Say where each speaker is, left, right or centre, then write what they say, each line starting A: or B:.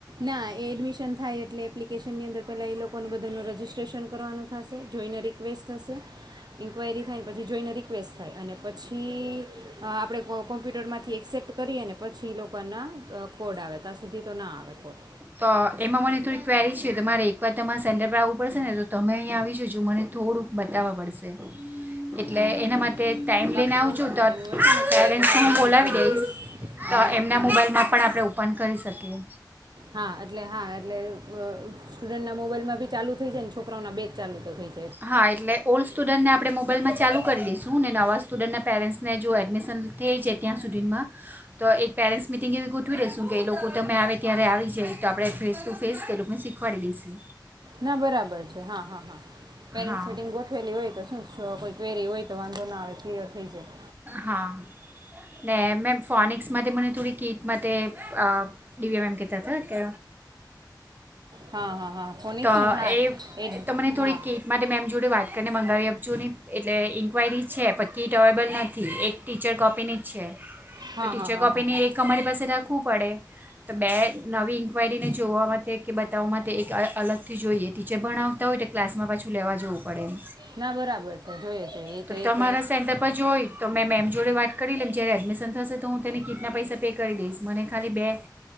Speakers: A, on the right; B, on the right.
A: ના એ એડમિશન થાય એટલે એપ્લિકેશનની અંદર પહેલા એ લોકોને બધાનું રજીસ્ટ્રેશન કરવાનું થશે જોઈને રિક્વેસ્ટ. થશે ઇન્ક્વાયરી થાય ને પછી જોઈને રિક્વેસ્ટ થાય અને પછી આપણે કો કોમ્પ્યુટરમાંથી એક્સેપ્ટ કરીએ ને પછી એ લોકોના કોડ આવે ત્યાં સુધી તો ના આવે. કોડ
B: તો એમાં મને થોડી ક્વેરી છે, તો મારે એકવાર તમારે સેન્ટલ પર આવવું પડશે ને તો તમે અહીંયા આવી જજો મને થોડુંક બતાવવા પડશે. એટલે
A: હા હા
B: એના
A: હા
B: માટે
A: હા
B: ટાઈમ
A: પાક્કું
B: લઈને
A: પાક્કું
B: <unintelligible> તો <unintelligible>
A: એવું હશે ને તો એક વખત
B: હું
A: વિઝિટ
B: બોલાવી
A: કરી
B: દઈશ
A: જઈશ
B: તો
A: અને
B: એમના
A: અ,
B: મોબાઈલમાં પણ આપણે ઓપન કરી શકીએ.
A: હા એટલે હા એટલે અ સ્ટુડન્ટના મોબાઈલમાં બી ચાલુ થઈ જાય ને છોકરાઓના બેજ ચાલુ તો થઈ જાય.
B: હા એટલે ઓલ્ડ સ્ટુડન્ટને આપણે મોબાઈલમાં. ચાલુ કરી દઈશું ને નવા સ્ટુડન્ટના પેરેન્ટ્સને જો એડમિશન થઈ છે, ત્યાં સુધીમાં તો એક <unintelligible> મિટિંગ એવી ગોઠવી દઈશું કે એ લોકો તમે આવે ત્યારે આવી જાય તો આપણે ફેસ ટુ ફેસ એ લોકોને શીખવાડી દઈશું.
A: ના બરાબર છે, હા, હા, હા. પેરેન્ટસ
B: હા
A: મીટિંગ ગોઠવેલી હોય તો શું કોઈ કવેરી હોય તો વાંધો હા એ ક્લિયર થઈ જાય.
B: હા ને મેમ ફોનિક્સ માટે મને થોડી કીટ માટે અ દિવ્યા મેમ કેતા. કે
A: હા હા હા ફોનિક્સ
B: તો
A: ને ને હા
B: એ
A: એ
B: તો મને
A: હા
B: થોડીક કેક માટે મેમ જોડે વાત કરીને મંગાવી આપજો એટલે ઇન્કવાયરી છે પણ કીટ અવેલેબલ નથી એક ટીચર કોપીની જ છે.
A: હા
B: તો ટીચર
A: હા હા
B: કોપીની
A: હા
B: એક અમારી પાસે રાખવું પડે. તો બે નવી ઇન્ક્વાયરીને જોવા માટે કે બતાવવા માટે એક અલગથી જોઈએ ટીચર ભણાવતા હોય તો ક્લાસમાં પાછું લેવા જવું પડે
A: ના બરાબર છે જોઈએ છે એ
B: તો
A: એક
B: તમારા સેન્ટર પર જોય તો મે મેમ જોડે વાત કરી લેમ જ્યારે એડમિશન થશે તો હું તેને કીટ પૈસા પે કરી દઈશ. મને- ખાલી બે